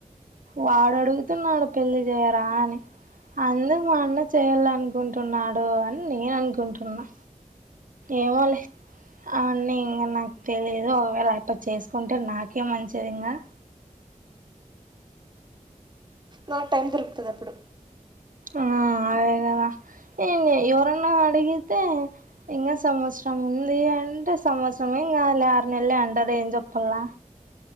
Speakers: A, on the right; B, on the right.
A: వాడు అడుగుతున్నాడు పెళ్ళి చేయరా అని అందరు వన్నె చేయాల అనుకుంటున్నాడు అని నేను అనుకుంటున్నా ఏమోలే అవున్నీ ఇంకా నాకు తెలియదు ఒకవేళ అట్ట చేసుకుంటే నాకేం మంచిది ఇంగా
B: నాకు టైం దొరుకుతది అప్పుడు
A: ఆ అదే కదా ఎంలే ఎవరన్నా అడిగితే ఇంకా సంవత్సరం ఉంది అంటే సంవత్సరంమే ఇంక ఆరు నెల్లే అంటదేం చెప్పలా